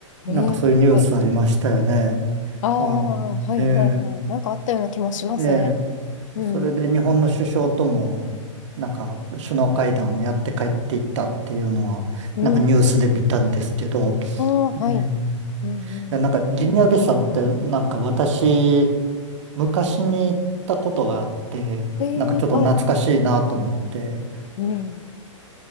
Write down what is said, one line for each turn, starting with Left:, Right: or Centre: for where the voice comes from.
Right: なんか、
Left: ええ、
Right: そういうニュースありましたよね。
Left: はい。ああ、
Right: あの、
Left: はいはいはい。
Right: ね、
Left: なんかあったような気もしますね。
Right: ね、
Left: うん。
Right: それで日本の首相とも、なんか、首脳会談をやって帰っていったっていうのは、
Left: うん。
Right: なんかニュースで見たんですけど、
Left: ああ、はい。
Right: ね
Left: うんうん。
Right: や、なんかギニアビサウってなんか私、昔に行ったことがあって、
Left: ええ、
Right: なんかちょっと懐かしいなと思って、
Left: はい。うん。